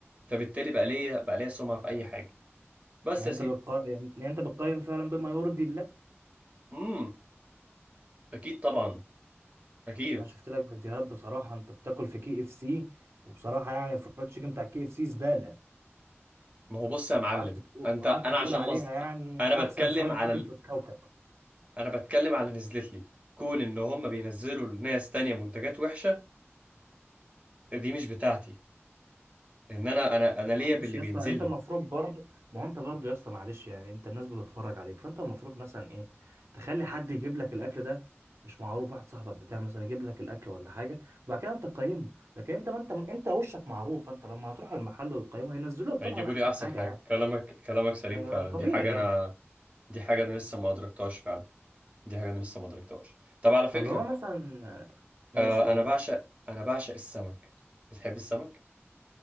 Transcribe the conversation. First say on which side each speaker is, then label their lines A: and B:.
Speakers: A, on the right (about 30°); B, on the right (about 70°).
A: فبالتالي بقى ليا بقى ليا سمعة في أي حاجة بس
B: يعني
A: يا
B: انت
A: سيدي
B: بتقار... يعني انت بتقيم فعلا بما يرضي الله
A: امم أكيد طبعا أكيد
B: بس انا شفت لك فيديوهات بصراحه انت بتاكل في كي اف سي وبصراحه يعني الفرايد تشيكن بتاع كي اف سي زباله
A: ما هو بص
B: وقعدت
A: يا معلم
B: تقول
A: أنت
B: وقعدت
A: أنا
B: تقول
A: عشان
B: عليها
A: مظل...
B: يعني
A: أنا
B: احسن
A: بتكلم
B: فرايد
A: على
B: تشيكن
A: ال...
B: في الكوكب
A: أنا بتكلم على اللي نزلت لي كون إن هم بينزلوا لناس تانية منتجات وحشة دي مش بتاعتي ان انا انا انا
B: معلش
A: ليا باللي
B: يا
A: بينزل
B: اسطى انت
A: لي
B: المفروض برضه ما هو انت برضه يا اسطى معلش يعني انت الناس بتتفرج عليك فانت المفروض مثلا ايه تخلي حد يجيب لك الاكل ده مش معروف واحد صاحبك بتاع مثلا يجيب لك الاكل ولا حاجه وبعد كده انت تقيمه لكن انت ما انت انت وشك معروف فانت لما هتروح المحل وتقيمه هينزلوا لك
A: هيجيبوا
B: طبعا احسن
A: لي احسن
B: حاجه
A: حاجه
B: يعني
A: كلامك كلامك سليم
B: آه،
A: فعلا
B: طبيعي
A: دي حاجه
B: يعني
A: انا دي حاجه انا لسه ما ادركتهاش فعلا دي حاجه انا لسه ما ادركتهاش طب على فكره
B: فاللي هو مثلا آه،
A: آه
B: ماشي قول
A: انا بعشق انا بعشق السمك بتحب السمك